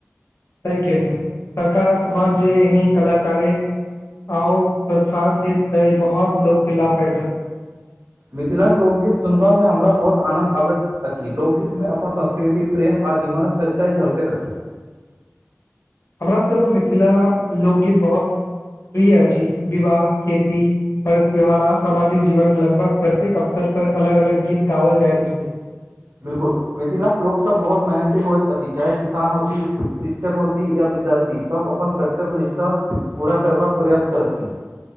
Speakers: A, on the left; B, on the right.
A: सही केलिय सरकार आ समाज जे ही कलाकारे आ प्रसाद देतते बहुत लोग के लाभ भेटत
B: मिथिलाक लोकगीत सुनबा मे हमरा बहुत आनन्द आबैत अछि लोकगीत मे अपन संस्कृति प्रेम आ जीवनक सच्चाइ झलकैत अछि
A: हमरा सेहो मिथिला लोकगीत बहुत प्रिय अछि विवाह खेती पर्व त्योहारा सामाजिक जीवन लगभग प्रत्येक अवसर पर अलग अलग गीत गाओल जायइत छै
B: बिलकुल मिथिला लोक सब बहुत मेहनती होइत अछि चाहे किसान होती शिक्षक होती या विद्यार्थी सब अपन कर्तव्य निष्ठा पूरा करबाक प्रयास करथि